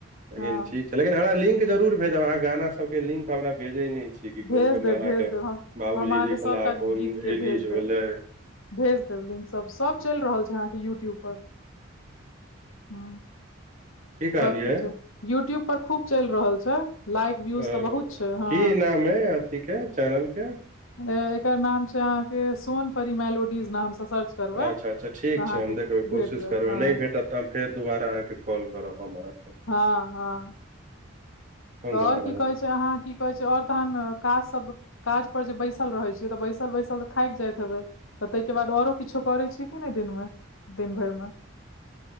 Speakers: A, on the right; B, on the left.
A: लेकिन
B: हँ
A: लेकिन हमरा लिंक जरूर भेजब अहाँ गाना सबके लिंक हमरा भेजै नहि छी। कि कोन
B: भेज
A: कोन
B: देब
A: गाना
B: भेज
A: के
B: देब हम
A: बाबूजी
B: हम अहाँके
A: लिखला
B: सभटा
A: कोन
B: गीतके
A: रिलीज
B: भेज
A: भेलै।
B: देब भेज देब लिंक सब सब चलि रहल छै। अहाँके यूट्यूब पर ह
A: की कहलियै
B: सबकुछ यूट्यूब पर खूब चलि रहल छै। लाइक व्यूज
A: हँ
B: तऽ बहुत छै। हँ
A: की नाम अइ अथी के चैनल के
B: एकर नाम छै। अहाँ के सोन परिमैलोडीज नाम से सर्च करबै
A: अच्छा अच्छा ठीक
B: तऽ अहाँके
A: छै हम देखबै
B: भेट
A: कोशिश
B: जायत
A: करबै
B: हँ
A: नहि भेटत तऽ हम फेर दुबारा अहाँके कॉल करब हम अहाँके
B: हँ हँ
A: हम
B: त
A: दोबारा
B: आओर की कहै छै अहाँ क कहै छै आओर तहन काज सब काज पर जे बैसल रहै छियै। तऽ बैसल बैसल तऽ थाकि जाइत हेबै तऽ ताहिके बाद आओरो किछो करैत छियै। कि नहि दिनमे दिन भरि मे